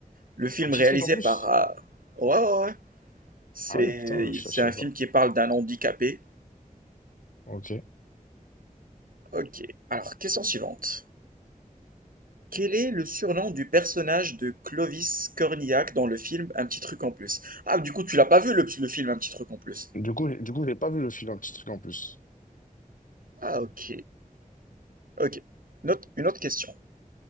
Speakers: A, on the right; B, on the left.
A: Le film
B: Un petit
A: réalisé
B: truc en plus?
A: par... euh, Ouais, ouais, ouais. C'est,
B: Ah ouais, putain, je,
A: c'est
B: je savais
A: un film
B: pas.
A: qui parle d'un handicapé.
B: Ok.
A: Ok. Alors, question suivante. Quel est le surnom du personnage de Clovis Cornillac dans le film Un petit truc en plus? Ah, du coup, tu l'as pas vu le, le film Un petit truc en plus.
B: Du coup, du coup, j'ai pas vu le film, un petit truc en plus.
A: Ah, ok. Ok. Une autre, une autre question.